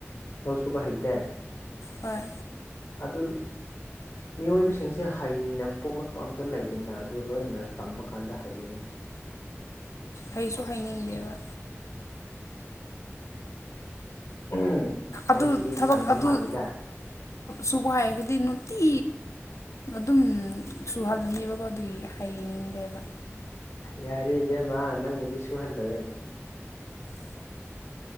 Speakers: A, on the left; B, on the left.
A: ꯑꯥꯎꯁꯨꯨꯕ ꯍꯩꯇꯦ
B: ꯍꯣꯏ
A: ꯑꯗꯨꯟ ꯃꯤꯑꯣꯏꯕꯁꯤꯡꯁꯦ ꯍꯩꯅ ꯄꯣꯛꯂꯛꯄ ꯑꯝꯇ ꯂꯩꯗꯅ ꯑꯗꯨ ꯂꯣꯏꯅ ꯇꯝꯃꯀꯥꯟꯗ ꯍꯩꯌꯨꯅꯦ
B: ꯑꯩꯩꯁꯨ ꯍꯥꯏꯅꯤꯡꯗꯦꯕ
A: ꯎꯝ ꯅꯪꯁꯤꯗꯤ
B: ꯑꯗꯨ ꯊꯕꯛ
A: ꯇꯟꯕ
B: ꯑꯗꯨꯨ
A: ꯃꯥꯜꯂꯦꯗ
B: ꯁꯨꯕ ꯍꯥꯏꯔꯒꯗꯤ ꯐꯤ ꯑꯗꯨꯝ ꯁꯨꯍꯜꯅꯦꯕꯀꯣ ꯑꯗꯨꯒꯤ ꯍꯩꯅꯤꯡꯗꯦꯕ
A: ꯌꯥꯔꯦ ꯏꯕꯦꯝꯃ ꯅꯪ ꯃꯗꯤ ꯁꯨ ꯍꯥꯜꯔꯣꯣꯏ